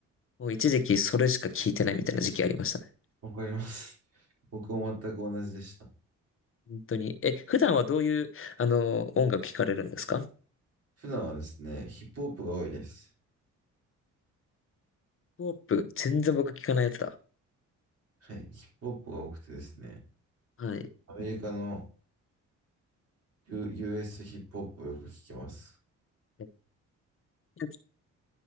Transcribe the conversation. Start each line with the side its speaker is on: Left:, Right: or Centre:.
Left: もう一時期それしか聴いてないみたいな時期ありましたね。
Right: わかります。<laughs> 僕も全く同じでした。
Left: 本当に。え、普段はどういう、あの、音楽聴かれるんですかヒッ
Right: 普段はですね、ヒップホップが多いです。
Left: プホップ、全然僕聴かないやつだ。
Right: はい、ヒップホップが多くてですね、
Left: はい。
Right: アメリカの、U、US ヒップホップをよく聞きます。
Left: えど